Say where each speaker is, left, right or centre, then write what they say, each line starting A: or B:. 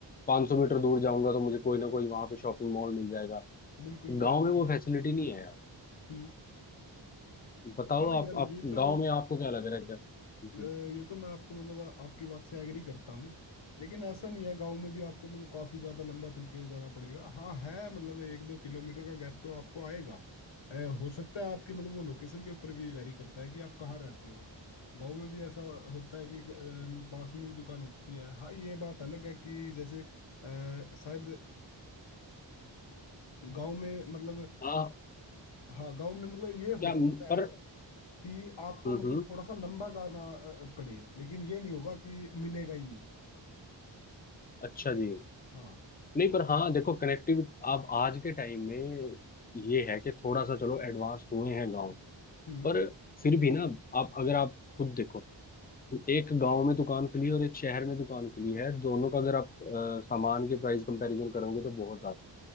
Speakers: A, on the left (about 20°); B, on the left (about 75°).
A: 500 मीटर दूर जाऊंगा तो मुझे कोई ना कोई वहां पे शॉपिंग मॉल मिल जाएगा
B: बिल्कुल बिल्कुल
A: गांव में वो
B: बिल्कुल
A: फैसिलिटी नहीं है
B: हम्म
A: बताओ
B: हाँ
A: आप
B: यार
A: आप
B: ये तो
A: गांव में आपको क्या लग रहा है क्या हम्म
B: अ, ये तो मैं आपको मतलब आपकी बात से एग्री करता हूँ लेकिन ऐसा नहीं है गांव में भी आपको मतलब काफी ज्यादा लंबा चल के जाना पड़ेगा हाँ है मतलब एक दो किलोमीटर का गैप तो आपको आएगा अ, हो सकता है आपकी मतलब वो लोकेशन के ऊपर भी वेरी करता है कि आप कहाँ रहते हो गांव में भी ऐसा होता है कि अ, मतलब पास में भी दुकान होती है हाँ ये बात अलग है कि जैसे अ, शायद गांव में मतलब
A: हाँ
B: हाँ गाँव में मतलब ये
A: क्या
B: हो सकता
A: पर
B: है कि आपको
A: हम्म
B: मतलब थोड़ा सा लंबा जाना अ, पड़े लेकिन ये नहीं होगा कि मिलेगा ही नहीं
A: अच्छा जी
B: हाँ
A: नहीं पर हाँ देखो कनेक्टिविटी आप आज के टाइम में ये है कि थोड़ा सा चलो एडवांस हुए हैं गांव
B: हम्म
A: पर फिर भी ना आप अगर आप खुद देखो एक गांव में दुकान खुली है और एक शहर में दुकान खुली है दोनों का अगर आप अ, सामान के प्राइस कंपैरिजन करोगे तो बहुत ज्यादा है।